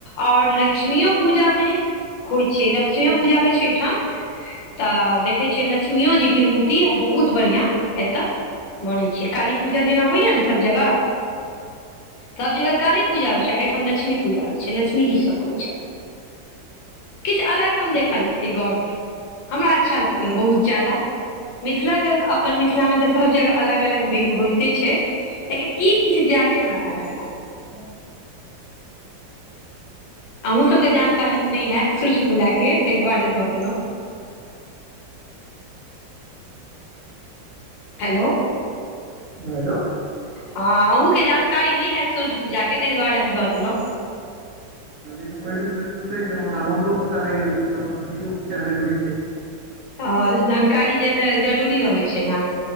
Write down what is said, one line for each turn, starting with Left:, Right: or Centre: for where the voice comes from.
Left: आऔर लक्ष्मीओ पूजा में होइ छै। लक्ष्मीओ पूजा होइ छै एहिठाम तऽ देखै छियै लक्ष्मियो जी के मूर्ति आ बहुत बढ़िआं एतय बनैत छै, काली पूजा जेना होइया ने सभ जगह सब जगह काली पूजा होइत छै एहिठाम लक्ष्मी पूजा होइत छै लक्ष्मीजीसभ बनैत छथिन। किछ अलग हम देखलियै एहि गाँव मे हमरा अच्छा लागल बहुत जादा मिथिला के अपन मिथिला मे तऽ सब जगह अलग अलग होइते छै। लेकिन ई किछु ज्यदे हमरा अलग लागल।
Right: ह
Left: अहूँ सबके जानकारी नई हयत सूर्य पूजा के ताहि दुआरे दऽ देलहुँ। हेलो!
Right: हेलो!
Left: हँ अहूँके जानकारी नहि हयत सूर्य पूजा के ताहि दुआरे हम दऽ देलहुँ।
Right: त ई तऽ पहिलुक बेर सुनबे केलहु आब हमरो पता लागि गेल क सूर्यो पूजा होइ छै।
Left: हां ते जानकारी जरूरी रहै छै ने।